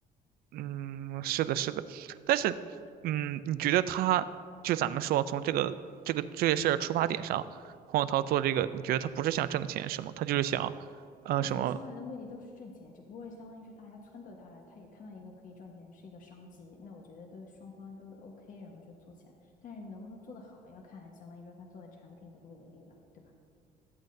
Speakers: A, on the right; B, on the left.
A: 嗯，是的，是的，但是，嗯，你觉得他就咱们说从这个这个这件事儿出发点上，黄小涛做这个，你觉得他不是想挣钱是吗？他就是想，啊，
B: 我觉得商人的目的都是挣钱，
A: 什么
B: 只不过相当于是大家撺掇他了，他也看到一个可以赚钱是一个商机，那我觉得都双方都 OK，然后就做起来。但是能不能做得好，要看相当于说他做的产品给不给力了，对吧？